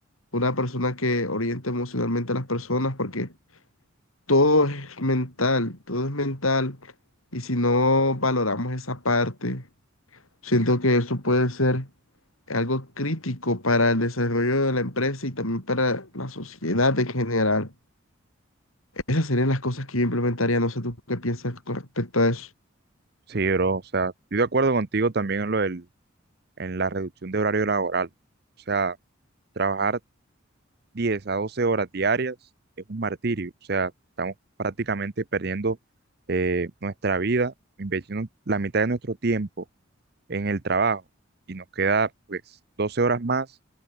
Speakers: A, on the left; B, on the right.
A: una persona que oriente emocionalmente a las personas, porque todo es mental, todo es mental, y si no valoramos esa parte. Siento que eso puede ser algo crítico para el desarrollo de la empresa y también para la sociedad en general. Esas serían las cosas que yo implementaría. No sé tú qué piensas con respecto a eso.
B: Sí, bro. O sea, estoy de acuerdo contigo también en lo del, en la reducción de horario laboral. O sea, trabajar 10 a 12 horas diarias es un martirio. O sea, estamos prácticamente perdiendo eh, nuestra vida, invirtiendo la mitad de nuestro tiempo en el trabajo y nos queda pues 12 horas más,